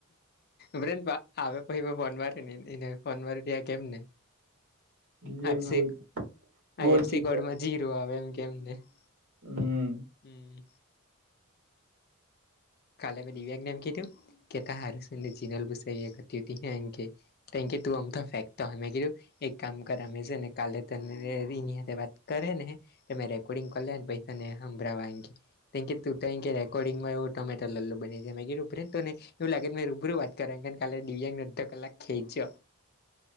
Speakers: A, on the left; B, on the right.
A: બન આવે પછી મે ફોન મારે નને એને ફોન મારી તે આ કેમ ને
B: દિવ્યાંગ
A: એફસી
B: બહુ બહુ
A: આ એફસી
B: ચીડા
A: કોડમાં જીરું આવે એમ કેમને <inaudible>
B: હમ
A: હમ્મ. કાલે મેં દિવ્યાક ને એમ કીધું કે તાર હારું છેને જિનલ બુસરી એક તટી હે એનકે તેકે તું અમતા ફેકતા હો મેં કીધુ એક કામ કરમે છે ને કાલે તને એની વાત કરે ને. તમે રેકોર્ડિંગ કર્યાને પછ તને સાંભળવા રેકોર્ડિંગમાંવ. ટોમેટો લોલ્લો બને જે ઉપરાંત તણેને. એવું લાગે મેં રૂબરૂ વાત કર કાલે દિવ્યાંગને અડધ કલાક ખેંચ્યો.